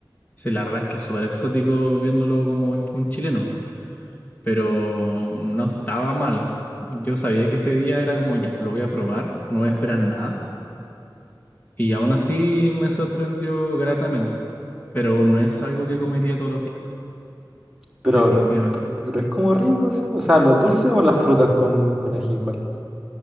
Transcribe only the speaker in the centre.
pero,
pero es como rico, sí. O sea, los dulces o las frutas con, con ají igual.